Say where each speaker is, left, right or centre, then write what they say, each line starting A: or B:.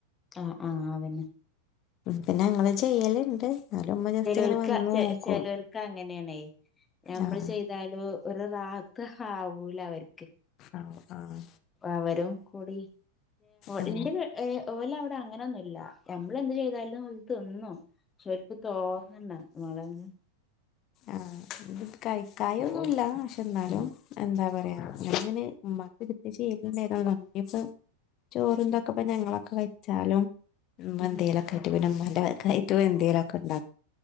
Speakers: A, on the left; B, on the left.
A: ആഹ് ആഹ അതന്നെ
B: പിന്നെ അങ്ങൾ ചെയ്യലുണ്ട് എന്നാലും ഉമ്മ ജസ്റ്റ്
A: ചെലൽക്ക
B: ഇങ്ങനെ വന്ന് നോക്കും
A: അങ്ങനെയണ നമ്മള്
B: ആഹ്
A: ചെയ്താലോ ഒരു റാത് ആവൂല അവർ
B: ആഹ് ആഹ്
A: അവരും കൂടി
B: ഉം
A: എന്റെ- ഓല അവിടെ അങ്ങനെൊന്നുമല്ല നമ്മള എന്ത് ചെയ്താലല തിന്നും ഓൽക്ക് തോന്നണ്ട മളെ <unintelligible>
B: ആഹ ഇക്കാ ഒന്നുമല്ല
A: ഓൽക്ക്
B: പക്ഷെ എന്നാലും
A: ഉം
B: എന്താ പറയാ ഞാനിങ്ങനെ ഇമ്മാക്ക് കൃത്യ ചെയ്യലണ്ട് ഏതാന്നാലും ഇപ്പം ചോറ്ണ്ടൊ ഇപ്പ ഞങ്ങളൊക്കെ വെച്ചാലും ഇമ്മ
A: ഉം
B: എന്തേലൊക്കായിട്ടു പിന്നെ ഇമ്മ വകായിട്ട് എന്തലൊക്കെണ്ടാ